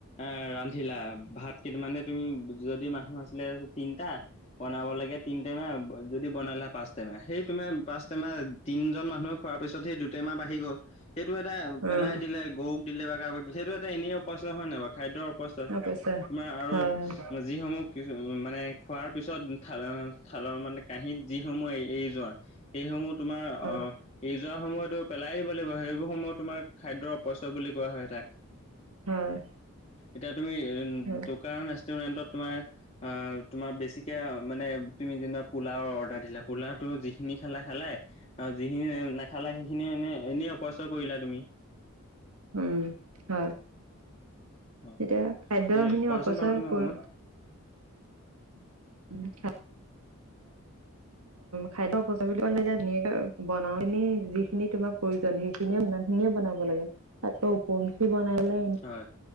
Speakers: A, on the left; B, on the right.
A: এ, ৰান্ধিলা ভাত কেই মানে তুমি যদি মানুহ আছিলে তিনটা বনাব লাগে তিন টেমা যদি বনালা পাঁচ টেমা সেই মে পাঁচ টেমাহ তিনজন মানুহে খোৱাৰ পিছত সেই দুই টেমা বাহি গল সেইটো এটা
B: উম
A: পেলাই দিলে গৰুক দিলে বা কাৰোবাক সেইটো এটা এনেই অপচা হয় নাই বাৰু খাদ্যৰ অপচয়
B: তাৰপিছে
A: তোমাৰ আৰু
B: হয় হয়
A: যিসমূহ কিছু মানে খোৱাৰ পিছত থাল থালৰ মানে কাঁহীত যিসমূহ এৰি যোৱা সেইসমূহ তোমাৰ
B: হয়
A: আহ, ই যোৱা সময়তো পেলাই দিব লাগিব সেইবোৰ সময়ত তোমাৰ খাদ্যৰ অপচয় বুলি কোৱা হয় তাক
B: হয়,
A: এতিয়া তুমি
B: হয়
A: দোকান ৰেষ্টতুৰেণ্টত তোমাৰ অ', তোমাৰ বেছিকে মানে, তুমি যেনিবা পোলা অৰ্ডাৰ দিলা পোলাো যিখিনি খালা খালে আৰু যিখিনি নাখালা সেইখিনিয় এনে এনেই অপচয় কৰিলা তুমি
B: উম, হয়
A: হয়,
B: এতিয়া খাদ্যখিনি
A: তুমি কোৱাচোন
B: অপচয়
A: বাৰু তুমি
B: কৰি
A: অকমান।
B: <unintelligible> খাদ্য বুলি কলে এতিয়া ধুনীয়াকে বনাি যিখিনি তোমাৰ প্ৰয়োজন সেই সিমানখিনিয়ে বনাব লাগে আকৌ ঞ্চি বনাই লে
A: হয়,